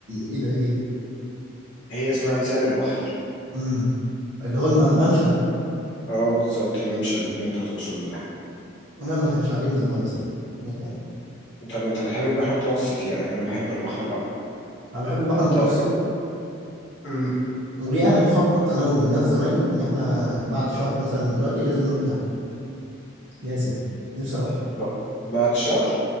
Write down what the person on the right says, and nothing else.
ايه ده ايه ده
امم اللي هو الم- الممشى ده
انا ما كانش عاجبني خالص ال- المكان
انا بحب البحر
المتوسط
ويعني مخطط انا والناس زمايلي ان احنا بعد شهر مثلا من دلوقتي لازم نروح دهب لازم نفسي اروح